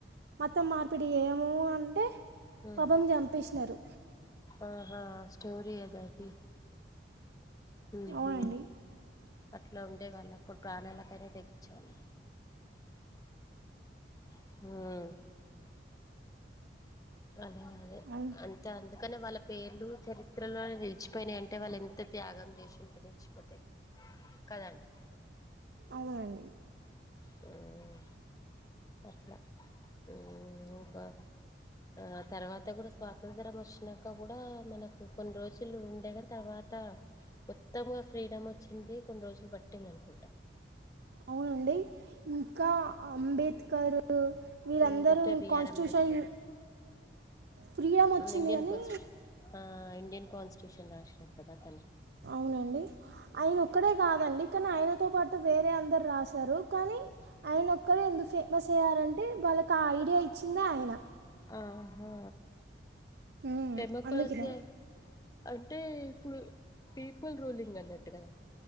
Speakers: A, on the right (about 60°); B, on the left (about 20°).
A: మత మార్పిడి చేయమంటే
B: హ్మ్
A: పపం చంపెసినారు
B: ఆహా స్టోరి ఏదది మ్
A: అవునండి
B: హు అట్ ట్లా ఉండేవాళ్ళు అప్పుడు ప్రాణాలకైనా తెగించేవాళ్ళు మ్ అదే అదే
A: అవు
B: అంత అండి కాని వాళ్ళ పేర్లు చరిత్రలో నిలిచిపోయినాయి అంటే వాళ్ళు ఎంత త్యాగం చేసింటే నిలిచిపోతేాయి కదండి
A: అవునండి
B: హ్మ్ అట్లా మ్ ఇంకో ఆ తర్వాత కూడా స్వాతంత్య్రం వచ్చినాక కూడా మనకు కొన్ని రోజులు ఉండే కాని తర్వ త మొతంగా ఫ్రీడమ్ వచ్చింది కొన్ని రోజులు పట్టింది అనుకుంటా
A: అవునండి ఇంకా అంబేద్కరు వీళ్ళందరూ
B: ఉమ్, doctor BR
A: constitution
B: Ambedkar
A: freedom వచ్చింది
B: ఇండియన్
A: కానీ
B: కోచ్ ఆ ఇండియన్ కాన్స్టిట్యూషన్ రాసినారు కదా అతను
A: అవునండి ఆయన ఒక్కడే కాదండి కానీ ఆయన తో పాటు వేరే అందరు రాశారు కానీ ఆయన ఒక్కరు ఎందు ఫే ప్రెస్ అయ్యరంటే వాళ్ళకి ఆ ఐడియా ఇచ్చిందే ఆయన
B: ఆహా
A: మ్మ్.
B: డెమోక్రోసే
A: అందుకనే
B: అంటే ఇప్పుడు పీపుల్ రూలింగ్ అన్నట్టు కదా